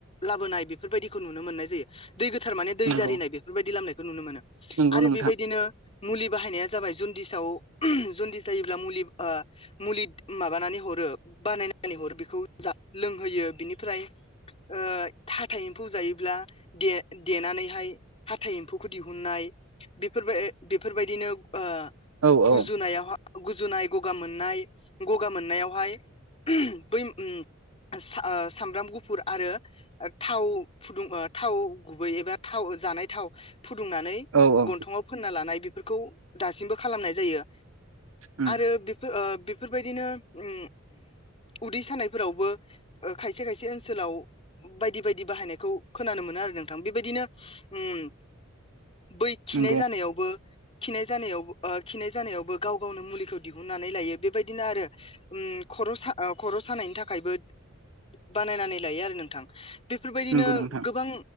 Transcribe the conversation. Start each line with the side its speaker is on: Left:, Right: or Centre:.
Left: लाबोनाय बेफोरबायदिखौ नुनो मोननाय जायो। दै गोथार माने दै
Right: नंगौ
Left: जारिनाय बेफोरबायदि लाबोनायखौ नुनो मोनो।
Right: नंगौ
Left: आरो
Right: नोंथां
Left: बेबायदिनो मुलि बाहायनाया जाबाय जन्दिसाव जन्दिस जायोब्ला मुलि ओ मुलि माबानानै हरो बानायनानै हरो बेखौ जा-लोंहोयो बिनिफ्राय ओ हाथाय एम्फौ जायोब्ला दे-देनानैहाय हाथाइ एम्फौखौ दिहुननाय बेफोरबाय बेफोरबायदिनो ओ
Right: औ औ
Left: गुजुनायाव गुजुनाय गगा मोननाय गगा मोननायाव बेहाय बै ओम सा ओ सामब्राम गुफुर आरो थाव फुदुं ओ थाव गुबै एबा थाव जानाय थाव फुदुंनानै
Right: औ औ
Left: गन्थङाव फोनना लानाय बेफोरखौ दासिमबो खालामनाय जायो।
Right: उम
Left: आरो बे ओ बेफोरबायदिनो ओम उदै सानायफोरावबो ओ खायसे खायसे ओनसोलाव बायदि बायदि बाहायनायखौ खोनानो मोनो आरो नोंथां। बेबायदिनो ओम बै खिनाय
Right: नंगौ
Left: जानायावबो खिनाय जानायाव ओ खिनाय जानायावबो गाव गावनो मुलिखौ दिहुननानै लायो। बेबायदिनो आरो ओम‌ खर' सा ओ खर' सानायनि थाखायबो बानायनानै लायो आरो नोंथां। बेफोरबायदिनो
Right: नंगौ नोंथां।
Left: गोबां